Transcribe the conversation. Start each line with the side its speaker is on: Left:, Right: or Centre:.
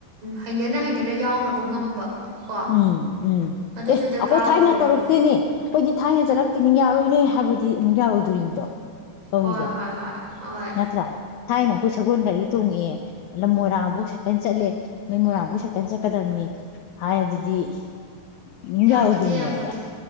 Right: ꯍꯩꯅꯅ ꯍꯩꯅꯅ ꯌꯥꯎꯅꯕ ꯉꯝꯕ ꯀꯣ
Left: ꯎꯝ ꯎꯝ
Right: ꯑꯗꯨꯁꯨ
Left: ꯑꯦ ꯑꯩꯈꯣꯏ
Right: ꯗꯔꯀꯥꯔ ꯑꯣꯏꯌꯦꯕ
Left: ꯊꯥꯏꯅ ꯇꯧꯔꯛꯇꯦꯅꯦ ꯑꯩꯈꯣꯏꯗꯤ ꯊꯥꯏꯅ ꯆꯠꯂ ꯇꯤꯅꯤ ꯌꯥꯔꯣꯏꯅꯦ ꯍꯥꯏꯕꯗꯤ ꯑꯃꯨꯛ ꯌꯥꯎꯔꯣꯏꯗꯣꯔꯤꯅꯤꯗꯣ ꯇꯧꯋꯤꯖꯦ
Right: ꯍꯣꯏ ꯍꯣꯏ ꯍꯣꯏ ꯍꯣꯏ
Left: ꯅꯠꯇ꯭ꯔ ꯊꯥꯏꯅꯦ ꯑꯩꯈꯣꯏ ꯁꯒꯣꯜ ꯒꯥꯔꯤ ꯇꯣꯡꯉꯛꯑꯦ ꯂꯝ ꯃꯣꯏꯔꯥꯡꯐꯧ ꯁꯥꯏꯀꯜ ꯆꯠꯂꯦ ꯅ ꯃꯣꯏꯔꯥꯡꯐꯧ ꯁꯥꯏꯀꯜ ꯆꯠꯀꯗꯕꯅꯤ ꯍꯥꯏ ꯑꯗꯨꯗꯤ ꯡ
Right: ꯌꯥꯄꯣꯠꯇꯦ
Left: ꯌꯥꯔꯨꯗꯣꯔꯤꯅꯦꯑꯕ
Right: ꯌꯥꯄꯣꯠꯇꯦ